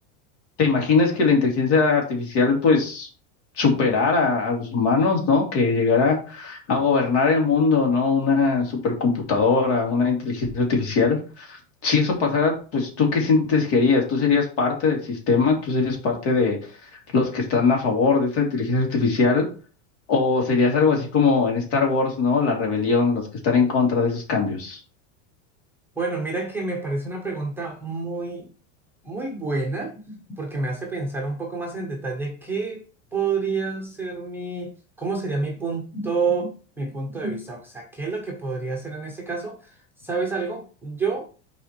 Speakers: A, on the left; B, in the centre.
A: ¿Te imaginas que la inteligencia artificial pues superara a los humanos, ¿no? Que llegara a gobernar el mundo, ¿no? Una supercomputadora, una inteligencia artificial. Si eso pasara, pues ¿tú qué sientes que harías? ¿Tú serías parte del sistema? ¿Tú serías parte de los que están a favor de esta inteligencia artificial? ¿O serías algo así como en Star Wars, ¿no? La rebelión, los que están en contra de esos cambios.
B: Bueno, mira que me parece una pregunta muy, muy buena porque me hace pensar un poco más en detalle qué podría ser mi, cómo sería mi punto, mi punto de vista, o sea, qué es lo que podría hacer en este caso. ¿Sabes algo? Yo...